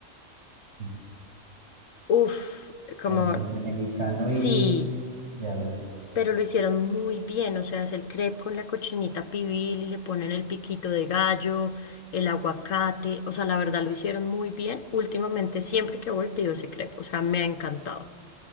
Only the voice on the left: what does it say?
Uf, como
sí,
pero lo hicieron muy bien, o sea, es el crepe con la cochinita pibil y le ponen el piquito de gallo, el aguacate, o sea, la verdad lo hicieron muy bien. Últimamente siempre que voy pido ese crepe, o sea, me ha encantado.